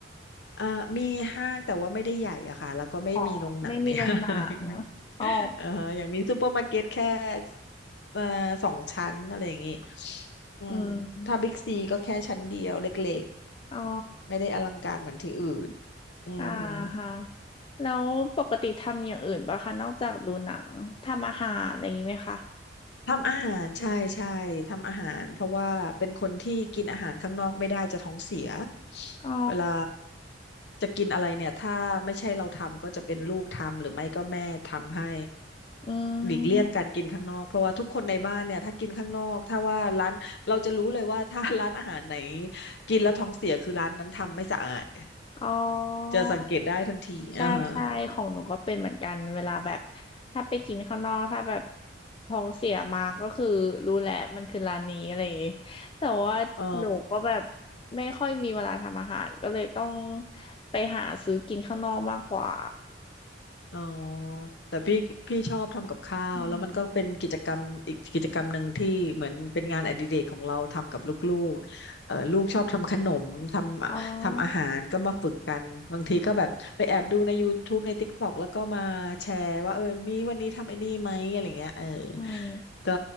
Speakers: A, on the left (about 65°); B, on the left (about 30°).
A: อ่ามีห้างแต่ว่าไม่ได้ใหญ่อะค่ะแล้วก็ไม่มีโรงหนังในห้าง
B: อ๋อไม่มีโรงหนังอ๋อ
A: <laughs> เอ่อ <laughs> อย่างมีซูเปอร์มาร์เก็ตแค่เอ่อสองชั้นอะไรอย่างงี้อืมถ้าบิ๊กซีก็แค่ชั้นเดียวเล็ก
B: อืมอ๋อ
A: ๆไม่ได้อลังการเหมือนที่อื่นอือหือ
B: อ่าฮะแล้วปกติทำอย่างอื่นป่ะคะนอกจากดูหนังทำอาหารอะไรอย่างงี้ไหมคะ
A: ทำอาหารใช่ใช่ทำอาหารเพราะว่าเป็นคนที่กินอาหารข้างนอกไม่ได้จะท้องเสีย
B: อ๋อ
A: เวลาจะกินอะไรเนี่ยถ้าไม่ใช่เราทำก็จะเป็นลูกทำหรือไม่ก็แม่ทำให้
B: อื
A: หลีกเลี่ยงการกินข้างนอกเพราะว่าทุกคนในบ้านเนี่ยถ้ากินข้างนอกถ้าว่าร้านเราจะรู้เลยว่าถ้าร้านอาหารไหน
B: ม
A: กินแล้วท้องเสียคือร้านนั้นทำไม่สะอาด
B: อ๋อ
A: จะสังเกตได้ทันทีอ่าฮะ
B: ใช่ใช่ของหนูก็เป็นเหมือนกันเวลาแบบ ถ้าไปกินข้างนอก ถ้าแบบท้องเสียมาก็คือรู้แหละ มันคือร้านนี้อะไรอย่างงี้ แต่ว่าหนูก็แบบ
A: อ๋อ
B: ไม่ค่อยมีเวลาทำอาหาร ก็เลยต้องไปหาซื้อกินข้างนอกมากกว่า
A: อ๋อแต่พี่พี่ชอบทำกับข้าว
B: อืม
A: แล้วมันก็เป็นกิจกรรมอีกกิจกรรมหนึ่งที่เหมือนเป็นงานอดิเรกของเราทำกับลูกๆเอ่อลูกชอบทำขนมทำทำอาหารก็มาฝึกกันบางทีก็แบบไปแอบดูใน
B: อ๋อ
A: YouTube ใน TikTok แล้วก็มาแชร์ว่าเออมีวันนี้ทำไอ้นี่ไหมอะไรเงี้ยเออ
B: อืม
A: ก็